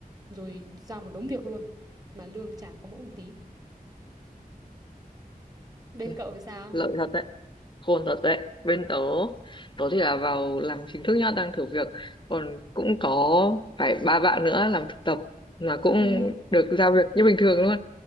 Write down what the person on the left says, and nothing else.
Nhỉ,
lợi thật đấy khôn thật đấy bên tớ tớ thì là vào làm chính thức nhá đang thử việc còn cũng có phải ba bạn nữa làm thực tập mà cũng
được giao việc như bình thường luôn